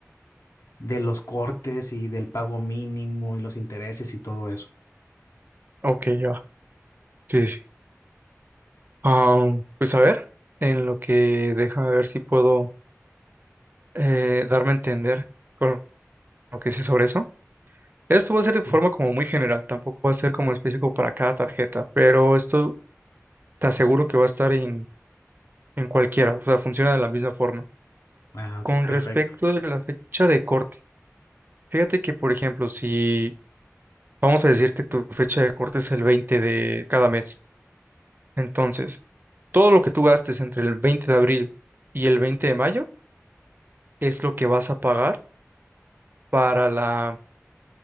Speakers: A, on the left (about 75°); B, on the right (about 40°).
A: de los cortes y del pago mínimo y los intereses y todo eso.
B: Ok, ya. Sí, Ah, pues a ver, en lo que deja ver si puedo eh, darme a entender con lo que sé sobre eso. Esto va a ser de
A: Sí.
B: forma como muy general, tampoco va a ser como específico para cada tarjeta, pero esto te aseguro que va a estar en, en cualquiera, o sea, funciona de la misma forma.
A: Ah, ok,
B: Con
A: perfecto.
B: respecto de la fecha de corte, fíjate que, por ejemplo, si vamos a decir que tu fecha de corte es el 20 de cada mes, entonces todo lo que tú gastes entre el 20 de abril y el 20 de mayo es lo que vas a pagar para la